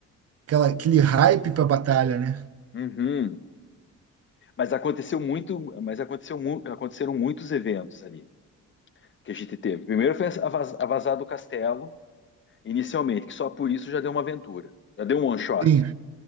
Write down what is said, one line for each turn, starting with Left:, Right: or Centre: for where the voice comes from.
Right: aquela aquele hype para a batalha, né?
Left: uhum. Mas aconteceu muito, mas aconteceu, mu- aconteceram muitos eventos ali que a gente teve. Primeiro foi a, vaz- a vazada do castelo, inicialmente, que só por isso já deu uma aventura, já deu um one shot.
Right: Sim,